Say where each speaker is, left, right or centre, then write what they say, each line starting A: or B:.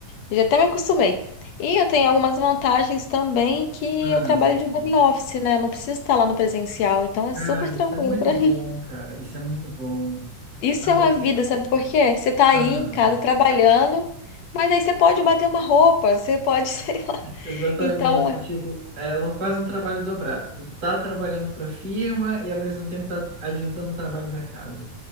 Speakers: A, on the left (about 65°); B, on the right (about 30°).
A: já até me acostumei. E eu tenho algumas vantagens também que
B: Ah,
A: eu trabalho
B: sim.
A: de home office, né? Eu não preciso estar lá no presencial, então
B: Cara,
A: é super tranquilo
B: isso é muito
A: para
B: bom,
A: mim.
B: cara. Isso é muito bom.
A: <laughs> Isso
B: Nossa,
A: é uma
B: tu-
A: vida, sabe por quê? Você tá aí
B: ah,
A: em casa trabalhando, mas aí você pode bater uma roupa, você pode, <laughs> sei lá,
B: exatamente.
A: então, é-
B: Tipo, é um- quase um trabalho dobrado. Tu tá trabalhando para a firma e ao mesmo tempo tá adiantando o trabalho da casa.